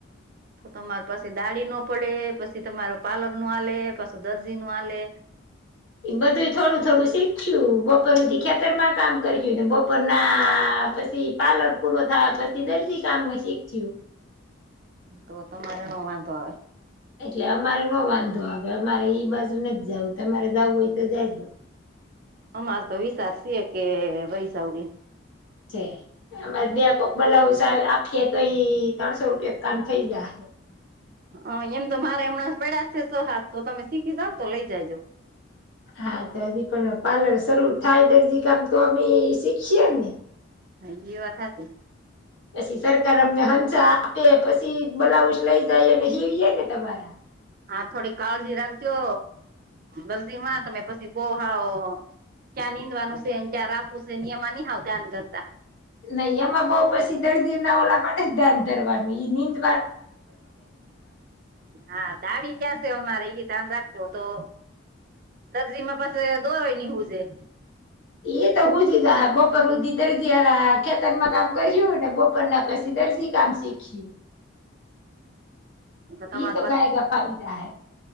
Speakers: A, on the right (about 45°); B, on the left (about 75°).
A: તો તમારે પાછી દાળીનો પડે પછી તમાર પાર્લરનો આલે પાછું દરજીનું આલે
B: એ બધું થોડું થોડું શીખયુ બપોર હુધી ખેતરમાં કામ કરીયુ ને બપોરના પછી પાર્લર પૂરો થવા પછી દજી કામમાં શીખયું.
A: તો તમારા મા વાંધો આવે.
B: એટલે અમારે નો વાંધો આવે અમારે ઈ બાજુ નથી જવું તમારે જવું હોય તે જાય.
A: અમારે તો વિચાર છે કે વયસાવડી.
B: છે એમાં બે કોક બલાઉઝ અ આખીએ તઈ ત્રણસો રૂપિયા કામ થઈ જા
A: હ એમ તો મારે હમણાં પેડા છે સો હાથ તો તમે શીખીશ જાવ તો લઇ જા જો.
B: હા તો હજી પણ પાર્લર શરૂ થાય દરજી કામ તો અમે શીખીએ ને.
A: હા ઇ એ વાત હાચી
B: પછી સરકાર અમને હન્ચા આપે પછી બલાઉઝ લઈ જાયને હી હીહિવે તમારા.
A: હા થોડી કાળજી રાખજો દરજીમાં તમે પછી બો હાવ. ક્યા નિંદવાનું છે ક્યાં રાફુસે નિયમની હાવ ધ્યા અન કરતા.
B: નહી એમાં બઉ પછી દર્દીના ઓલામાં જ ધ્યાન કરવાનું નીંદ.
A: હા દાઢી ક્યાં છે અમારે એ ધ્યાન રાખજો તો દરજીમાં પાછું દોવાય નીવું છેે.
B: એ તો હું જ બપો હદી દરજીલા ખેતરમાં કામ કર્યું ને બપ ના પછી દરજી કામ શીખ્યું.
A: તમારે
B: એ તો ગાય ગપાવીધા હે.